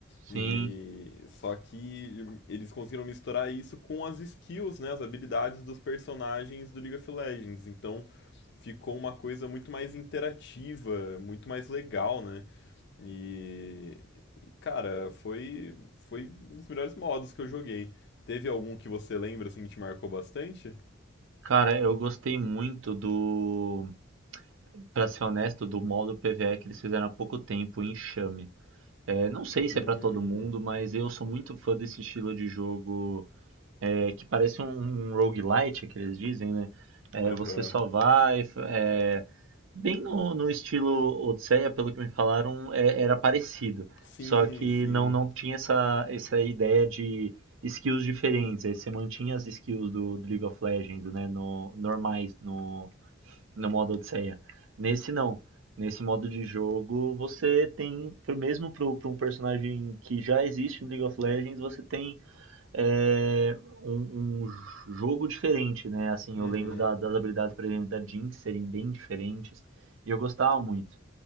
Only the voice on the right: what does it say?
Sim.
Cara, eu gostei muito do, pra ser honesto, do modo PvE que eles fizeram há pouco tempo, o Enxame. É, não sei se
é pra todo mundo, mas eu sou muito fã desse estilo de jogo, é, que parece um, um roguelite, é que eles dizem, né? É,
você só vai, é, Bem no, no estilo Odisseia, pelo que me falaram, é- era parecido.
Só que
não, não tinha essa, essa ideia de skills diferentes. Aí você mantinha as skills do, do League of Legends, né? No, normais, no, no modo Odisseia. Nesse não. Nesse modo de jogo, você tem, pro- mesmo para um personagem que já existe no League of Legends, você tem é, um, um jogo diferente, né? Assim,
eu lembro da- das habilidades, por exemplo, da Jinx serem bem diferentes e eu gostava muito.